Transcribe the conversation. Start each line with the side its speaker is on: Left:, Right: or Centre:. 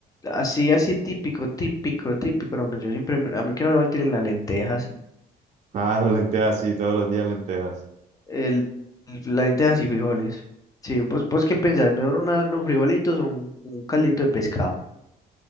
Left: así, así típico, típico, típico, no, hombre, yo siempre, me- a mí que no me falten las lentejas.
Right: Ah, las lentejas, sí, todos los días lentejas.
Left: El, lentejas y frijoles. Sí, vos, vos qué pensás, mejor una- unos frijolitos o un, un caldito de pescado.